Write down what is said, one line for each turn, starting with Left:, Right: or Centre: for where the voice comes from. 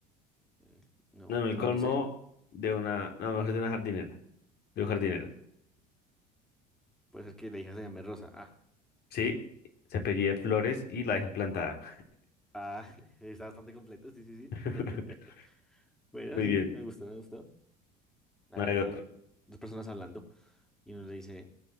Centre: eh, no,
Left: No, no, el
Centre: no,
Left: colmo
Centre: no sé.
Left: de una. No, mejor de una jardinera. de un jardinero.
Centre: Puede ser que la hija se llame Rosa. Ah,
Left: Sí, se apellida Flores y la dejan plantada.
Centre: ah, <laughs> está bastante completo. Sí, sí, sí.
Left: <laughs>
Centre: <laughs> Bueno,
Left: Muy
Centre: sí,
Left: bien.
Centre: me gustó, me gustó. A
Left: A
Centre: ver,
Left: ver
Centre: están
Left: otro.
Centre: dos personas hablando y uno le dice,